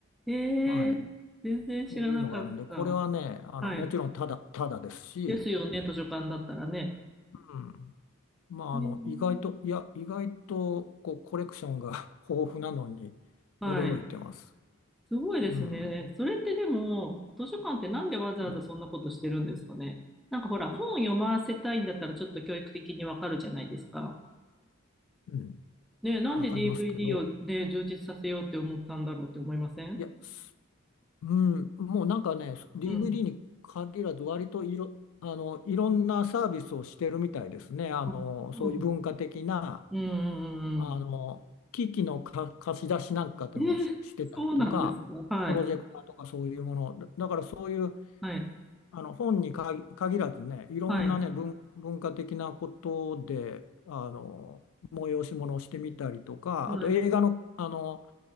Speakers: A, in the centre; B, on the left (about 80°).
A: え
B: はい、
A: え全然知らなかった。
B: そういうのがあるんで、これはね、あの、
A: はい。
B: もちろんただ、ただですし、
A: ですよね、図書館だったらね。
B: うんまあ、
A: ええ
B: あの、意外と、いや、意外と、こう、コレクションが <laughs> 豊富なのに驚いてます。
A: はい。すごいですね。
B: うん、
A: それってでも、図書館ってなんでわざわざそんなことしてるんですかね。
B: うん、
A: なんかほら、本読ませたいんだったらちょっと教育的にわかるじゃないですか。
B: うん、
A: ね、なんで
B: わかりますけど、
A: DVD をね、充実させようって思ったんだろうって思いません
B: いや、すうん、もうなんかね、DVD
A: うん。
B: に限らず、割といろ、あの、いろんなサービスをしてるみたいですね。あの、
A: あ、そうなの。
B: そういう文化的な、
A: うんうんうんうん。
B: あの、機器のか貸し出しなんかでもし、
A: えーそうなんですか。
B: してたりとか、
A: はい。
B: プロジェクターとかそういうもの、だだからそういう、
A: はい。
B: あの本にかぎ限らずね、いろんなね、
A: はい。
B: 文、文化的なことで、あの、催し物をしてみたりとか、
A: はい。
B: あと映画の、あの、